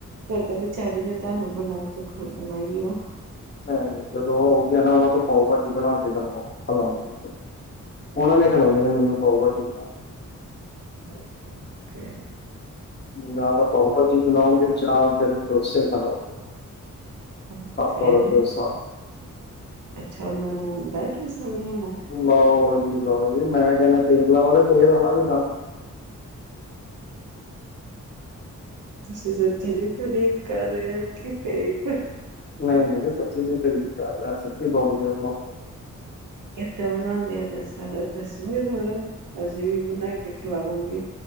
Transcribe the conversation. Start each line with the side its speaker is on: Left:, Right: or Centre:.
Right: ਫਿਰ ਤਾ ਵਿਚਾਰੀ ਨੇ ਤੁਹਾਨੂੰ ਬਣਾ ਕੇ ਖਲਾਉਣਾ ਹੀ ਆ।
Left: ਮੈਂ ਨਹੀਂ ਜਦੋਂ ਉਹ ਆਓਗੇ ਨਾ ਉਹਨਾ ਤੋਂ ਪਾਓ ਭਾਜੀ ਬਣਾ ਕੇ ਖਲਾਉਗਾ। ਉਹਨਾ ਨੇ ਖਿਲਾਉਣੀ ਆ ਮੈਨੂੰ ਪਾਓ ਭਾਜੀ ਬਣਾ
Right: ਓਕੇ
Left: ਜਾ ਤਾਂ ਪਾਉ ਭਾਜੀ ਖਿਲਾਉਣਗੇ ਜਾਂ ਫਿਰ ਡੋਸੇ ਖਲਾਓਣਗੇ
Right: ਓਕੇ
Left: ਹਾਂ ਪਰ ਡੋਸਾ
Right: ਅੱਛਾ ਉਹਨਾਂ ਨੂੰ ਆਉਂਦਾ ਡੋਸਾ ਬਣਾਉਣਾ
Left: ਲਓ ਜੀ ਲਓ ਜੀ ਮੈਂ ਕਹਿੰਨਾ ਕੇਰਲਾ ਵਾਲੇ ਤੇਲ ਉਹਨਾ ਦੇ ਤਾਂ
Right: ਤੁਸੀਂ ਸੱਚੀ ਦੀ ਤਾਰੀਫ਼ ਕਰ ਰਹੇ ਹੋ ਕਿ ਫੇਕ
Left: ਨਈ ਨਈ, ਸੱਚੀ ਦੀ ਤਰੀਫ ਕਰ ਰਯਾ ਸੱਚੀ ਬੋਤ ਵਧੀਆ ਬਣਾਉਂਦੇ
Right: ਕਿੱਦਾਂ ਬਣਾਉਂਦੇ ਆ ਦੱਸਾਂ ਦੱਸੂਗੇ ਥੋੜ੍ਹਾ ਅਸੀਂ ਵੀ ਬਨਾ ਕੇ ਖਿਲਾਵਾਂਗੇ।